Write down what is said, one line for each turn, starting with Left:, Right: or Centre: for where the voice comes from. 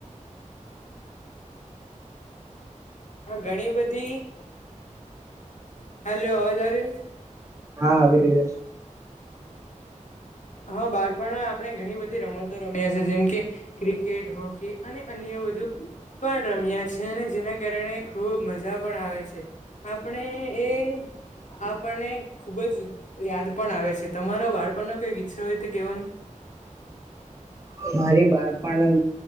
Left: <inaudible> હા ઘણી બધી હલે એ અવાજ આવ્યો
Right: હા આવી રહ્યા છે
Left: હા બાળપણ આપણે ઘણી બધી રમતો રમ્યા છે જેમ કે ક્રિકેટ હોકી અને અન્ય પણ રમ્યા છે અને જેના કારણે ખુબ મજા પણ આવે છે આપણે એ આપણને ખુબ જ યાદ પણ આવે છે તમારો બાળપણ ન કઈચ છય તો કેવો નહી
Right: મારી બાળપણ